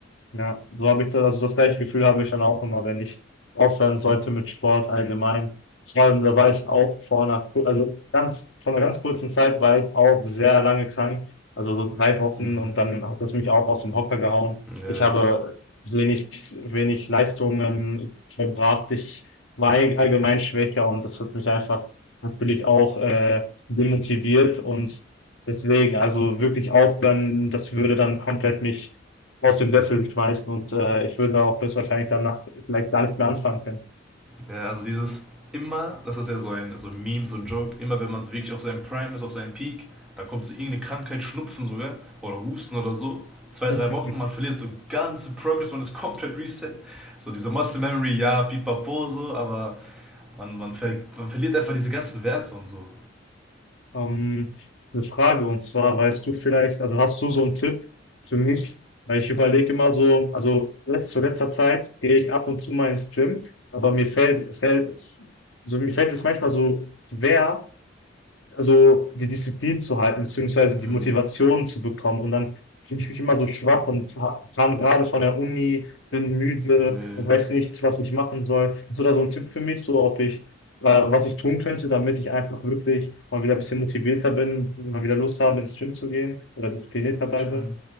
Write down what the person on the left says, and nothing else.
Ja, so habe ich das, also das gleiche Gefühl habe ich dann auch immer, wenn ich aufhören sollte mit Sport allgemein. Vor allem, da war ich auch vor einer, ku- also ganz, vor einer ganz kurzen Zeit war ich auch sehr lange krank, also so drei Wochen
und dann hat das mich auch aus dem Hocker gehauen.
Ich habe wenig, wenig Leistungen verbracht. Ich war all- allgemein schwächer und das hat mich einfach natürlich auch äh, demotiviert und deswegen, also wirklich aufhören, das würde dann komplett mich aus dem Sessel schmeißen und äh, ich würde auch höchstwahrscheinlich danach vielleicht gar nicht mehr anfangen können.
<laughs>
Ähm, eine Frage und zwar, weißt du vielleicht, also hast du so einen Tipp für mich? Weil ich überlege immer so, also jetzt zu letzter Zeit gehe ich ab und zu mal ins Gym, aber mir fällt, fällt, also mir fällt es manchmal so schwer, also die Disziplin zu halten, beziehungsweise die
Motivation zu bekommen. Und dann fühle ich mich immer so schwach und ha- kam gerade von der Uni, bin müde
und weiß nicht, was ich machen soll. Hast du da so ein Tipp für mich, so ob ich, äh, was ich tun könnte, damit ich einfach wirklich mal wieder ein bisschen motivierter bin, mal wieder Lust habe, ins Gym zu gehen oder disziplinierter bleibe?